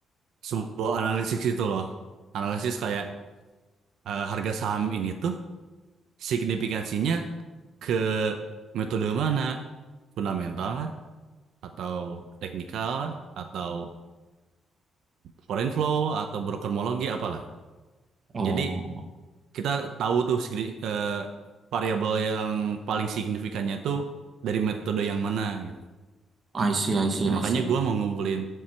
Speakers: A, on the right; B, on the right.
A: sebuah analisis itu loh. Analisis kayak eh, harga saham ini tuh signifikansinya ke metode mana? Fundamental lah, atau teknikal lah, atau foreign flow atau brokermologi apalah.
B: Oh,
A: Jadi kita tahu tuh signi- eh, variabel yang paling signifikannya tuh dari metode yang mana gitu.
B: I see, I see,
A: Nah,
B: I
A: makanya
B: see.
A: gue mau ngumpulin